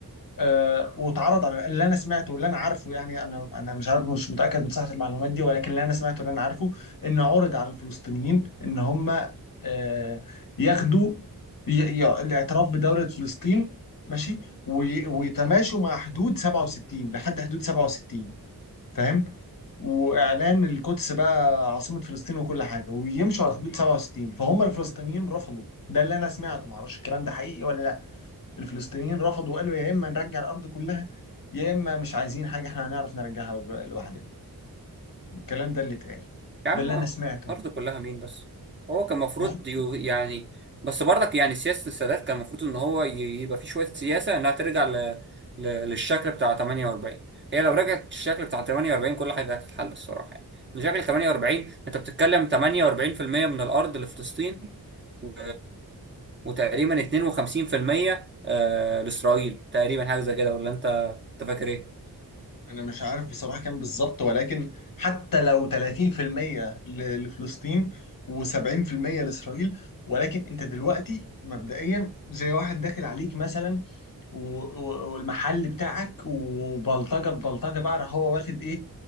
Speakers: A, on the left; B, on the right.
A: آه، واتعرض على اللي انا سمعته واللي انا عارفه يعني انا انا مش عارف مش متاكد من صحه المعلومات دي ولكن اللي انا سمعته واللي انا عارفه انه عرض على الفلسطينيين ان هم آه، ياخدوا ي- ي- الاعتراف بدوله فلسطين ماشي وي- ويتماشوا مع حدود 67 لحد حدود 67 فاهم واعلان القدس بقى عاصمه فلسطين وكل حاجه ويمشوا على حدود 67 فهم الفلسطينيين رفضوا ده اللي انا سمعته معرفش الكلام ده حقيقي ولا لا الفلسطينيين رفضوا وقالوا يا اما نرجع الارض كلها يا اما مش عايزين حاجه احنا هنعرف نرجعها لب- لوحدنا الكلام ده اللي اتقال
B: يا عم
A: ده اللي
B: آه،
A: انا سمعته
B: أرض كلها مين بس هو كان المفروض
A: وهو-
B: يعني بس برضك يعني سياسة السادات كان المفروض إن هو ي- يبقى فيه شوية سياسة إنها ترجع ل... ل... للشكل بتاع 48 هي لو رجعت الشكل بتاع 48 كل حاجة هتتحل الصراحة يعني من شكل 48 أنت بتتكلم 48% من الأرض لفلسطين و... وتقريبا 52% آه، لإسرائيل تقريبا حاجة زي كده ولا أنت أنت فاكر إيه؟
A: انا مش عارف بصراحه كام بالظبط ولكن حتى لو 30% ل- لفلسطين و70% لاسرائيل ولكن انت دلوقتي مبدئيا زي واحد داخل عليك مثلا و- و- والمحل بتاعك وبلطجه ببلطجه بقى راح هو واخد ايه